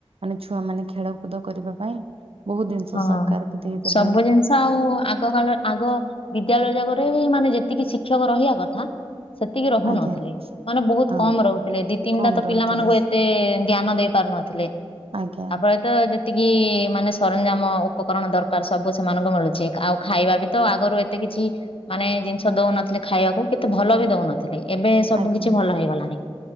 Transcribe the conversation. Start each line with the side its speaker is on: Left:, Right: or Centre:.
Right: ମାନେ ଛୁଆ ମାନେ ଖେଳକୁଦ କରିବା ପାଇଁ ବହୁତ ଜିନିଷ
Left: ହଁ।
Right: ସରକାର ବି ଦେଇଦେଲେଣି।
Left: ସବୁ ଜିନିଷ ଆଉ ଆଗ କାଳ ଆଗ ବିଦ୍ୟାଳୟ ଜାଗରେ ବି ମାନେ ଯେତିକି ଶିକ୍ଷକ ରହିବା କଥା ସେତିକି ରହୁନଥିଲେ
Right: ଆଜ୍ଞା
Left: ମାନେ ବହୁତ
Right: ହଁ
Left: କମ ରହୁଥିଲେ। ଦି ତିନିଟା
Right: କମ
Left: ତ ପିଲାମାନଙ୍କୁ
Right: ରହୁଥିଲେ
Left: ଏତେ ଧ୍ୟାନ ଦେଇ ପାରୁ ନଥିଲେ।
Right: ଆଜ୍ଞା
Left: ଆପରେ ତ ଯେତିକି ମାନେ ସରଞ୍ଜାମ ଉପକରଣ ଦରକାର ସବୁ ସେମାନଙ୍କୁ ମିଳୁଛି। ଆଉ ଖାଇବା ବି ତ ଆଗରୁ ଏତେ କିଛି ମାନେ ଜିନିଷ ଦଉନଥିଲେ ଖାଇବାକୁ ଏତେ ଭଲ ବି ଦଉନଥିଲେ। ଏବେ ସବୁ
Right: ଆଜ୍ଞା
Left: କିଛି ଭଲ ହେଇଗଲାଣି।